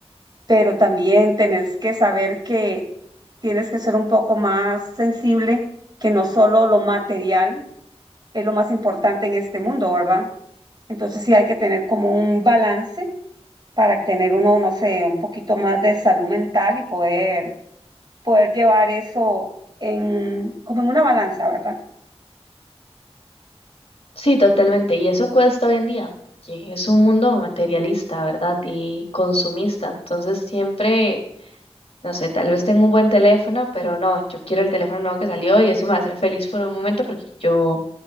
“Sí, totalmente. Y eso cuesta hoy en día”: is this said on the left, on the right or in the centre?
Left